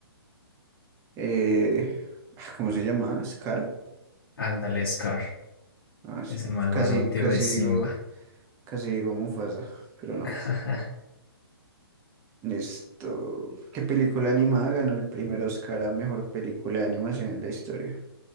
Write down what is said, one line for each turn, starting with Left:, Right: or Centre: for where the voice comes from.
Right: Eh, ah, ¿cómo se llama? Scar.
Left: Ándale, Scar.
Right: Ah, sí,
Left: Es el malvado
Right: casi,
Left: tío
Right: casi
Left: de Simba.
Right: digo, casi digo Mufasa, pero no.
Left: <laughs>
Right: Esto, ¿qué película animada ganó el primer Oscar a mejor película de animación en la historia?